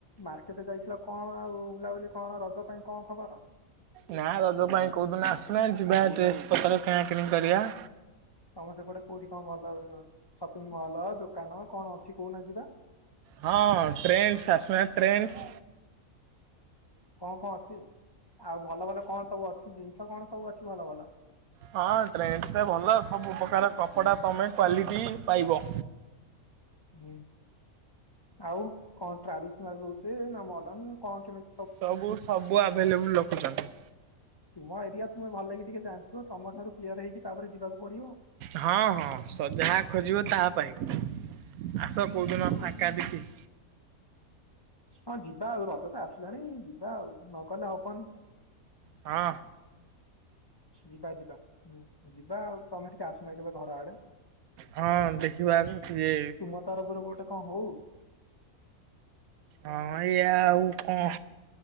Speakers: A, on the left (about 30°); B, on the right (about 85°).
A: ମାର୍କେଟ୍ ଯାଇଥିଲ କଁ ଆଉ ବୁଲାବୁଲି କଣ ରଜ ପାଇଁ କଁ ଖବର?
B: ନା ରଜ ପାଇଁ କୋଉଦିନ ଆସୁନା ଯିବା ଡ୍ରେସ୍ ପତ୍ର କିଣାକିଣି କରିଆ।
A: ତମ ସେପଟେ କୋଉଠି କଁ ଭଲ ସପିଙ୍ଗ୍ ମହଲ ଦୋକାନ କଣ ଅଛି କଉନା ଯିବା।
B: ହଁ, ଟ୍ରେନ୍ସ୍ ଆସୁନା ଟ୍ରେନ୍ସ୍।
A: କଁ କଁ ଅଛି, ଆଉ ଭଲ ଭଲ କଣ ସବୁ ଅଛି, ଜିନିଷ କଣ ସବୁ ଅଛି ଭଲ ଭଲ?
B: ହଁ ଟ୍ରେଣ୍ଡ୍ସ ରେ ଭଲ ସବୁ ପ୍ରକାର କପଡ଼ା ତମେ କ୍ଵାଲିଟି ହିଁ ପାଇବ।
A: ହୁଁ, ଆଉ କଣ ଟ୍ରାଡିସ୍ ନାଲ୍ ହଉଚି ନା ମଡନ୍ କଣ କେମିତି?
B: ସବୁ ସବୁ ଆଭେଲେବୁଲ୍ ରଖୁଛନ୍ତି।
A: ତୁମ ଏରିଆ ତୁମେ ଭଲକି ଟିକେ ଜାଣିଥିବ ତମ ଠାରୁ କ୍ଲିୟର ହେଇକି ତାପରେ ଯିବାକୁ ପଡିବ।
B: ହଁ ହଁ ସ ଯାହା ଖୋଜିବ ତାହା ପାଇବ, ଆସ କୋଉଦିନ
A: ହଉ
B: ଫାଙ୍କା ଦେଖିକି।
A: ହଁ ଯିବା ଆଉ ରଜ ତ ଆସିଲାଣି ଯିବା ଆଉ ନଗଲେ ହବନି।
B: ହଁ।
A: ଯିବା, ଯିବା ହୁଁ, ଯିବା ଆଉ ତମେ ଟିକେ ଆସୁନା ଏଲାବେ ଘର ଆଡେ।
B: ହଁ ଦେଖିବା ଆଗ ଇଏ
A: ତୁମ ତରଫରୁ ଗୋଟେ କଣ ହଉ?
B: ହଁ ଇଏ ଆଉ କଣ